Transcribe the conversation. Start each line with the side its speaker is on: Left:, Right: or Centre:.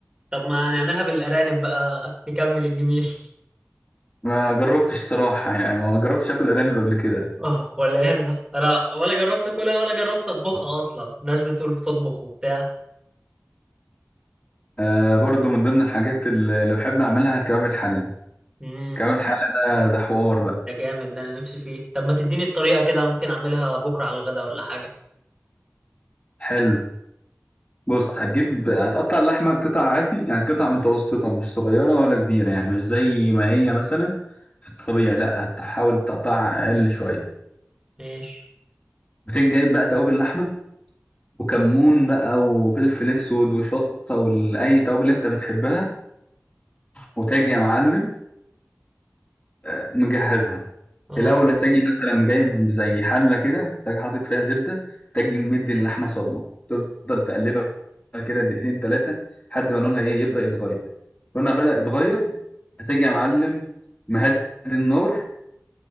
Right: طب ما نعملها بالارانب بقى نكمل الجميل <laughs>
Left: ما جربتش صراحة يعني ما جربتش اكل ارانب قبل كده
Right: اه ولا هنا انا ولا جربت اكلها ولا جربت اطبخها اصلا الناس بتقول بتطبخ وبتاع
Left: آه برضو من ضمن الحاجات اللي اللي بحب اعملها كباب الحلة
Right: امم
Left: كباب الحلة ده ده حوار بقى
Right: ده جامد ده انا نفسي فيه طب ما تديني الطريقه كده ممكن اعملها بكره على الغدا ولا حاجه
Left: حلو بص هتجيب هتقطع اللحمة قطع عادي يعني قطع متوسطة مش صغيرة ولا كبيرة يعني مش زي ما هي مثلا في الطبيعي لا هتحاول تقطعها أقل شوية
Right: ماشي
Left: وتيجي جايب بقى توابل اللحمة وكمون بقى وفلفل أسود وشطة وأي توابل أنت بتحبها وتاجي يا معلم آه، مجهزها
Right: اه
Left: الاول هتجي مثلا جايب زي حله كده تجي حاطط فيها زبده تجي مدي اللحمه صدمه تفضل تقلبها كده دقيقتين ثلاثه لحد ما لونها ايه يبدا يتغير لونها بدا يتغير هتجي يا معلم مهدي النار